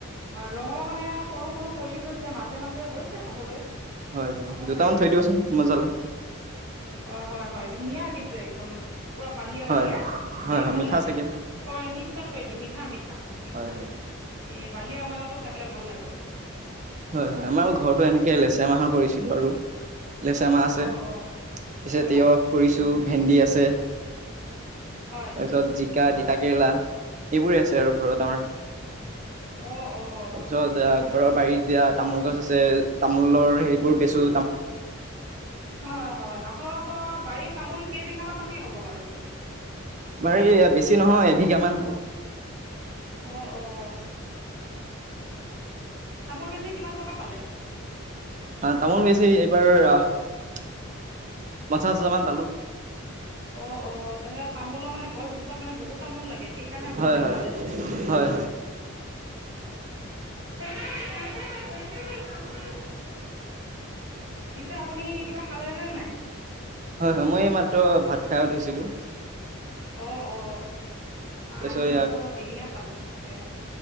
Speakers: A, on the right; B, on the right.
A: ৰঙালাউ মানে সৰু সৰু কলি হৈছে। মাজে মাজে হৈছে খাবলৈ।
B: হয় হয়
A: খাব
B: দুটামান
A: পাৰি
B: থৈ
A: আৰু
B: দিবচোন মই জলে
A: হয়, হয়, হয়। ধুনীয়া কিন্তু একদম, পুৰা বালিয়া
B: হয়
A: বালিয়া।
B: হয়।
A: খাইও
B: হয় হয়
A: ভাল
B: মিঠা
A: লাগে।
B: চাগে
A: হয়, নিশ্চয় থৈ দিম। মিঠা-মিঠা-মিঠা।
B: হয় হয়
A: এ বালিয়া ৰঙালাওটো খাই পেলাই ভাল লাগে।
B: হয়, হয়। আমাৰ ঘৰতো এনেকে লেচেৰা মাহৰ কৰিছিলো আৰু লেচেআমা আছে
A: অ অ
B: পিছত
A: হয়
B: তিয়হ কৰিছো, ভেন্দি আছে।
A: হয়
B: তাৰপিছত জিকা, তিতাকেৰেলা সেইবোৰে আছে আৰু ঘৰত আমাৰ।
A: অ
B: তাৰপিছত
A: অ
B: আহ ঘৰৰ বাৰীত এতিয়া তামোল গছ আছে, তামোলৰ সেইবোৰ বেচোঁ
A: হয়, হয়। আপোনালোকৰ বাৰীত তামোল কেইবিঘা মান মাটি হ'ব বাৰু।
B: আমাৰ এই বেছি নহয় এবিঘা মান হ'ব।
A: অ-অ। তামোল বেছি কিমান টকা পালে?
B: অ তামোল বেছি এইবাৰ পঞ্চাছ হাজাৰ মান পালো।
A: অ-অ, তেনেহ'লে তামোলৰ মানে গছকেইজোপাত মানে বহুত ত তামোল লাগে। সেইকাৰণে আপুনি
B: হয়,
A: ইমান
B: হয়,
A: পালে
B: হয়,
A: চাগে।
B: হয়,
A: <inaudible> পিছে আপুনি কিবা খালে নে নাই?
B: হয়, হয়। মই মাত্ৰ ভাত খাই উঠিছিলোঁ।
A: অ-অ, নাই
B: তাৰপিছত
A: আমি
B: ইয়াক
A: আকৌ হেৰিহে খালো। এ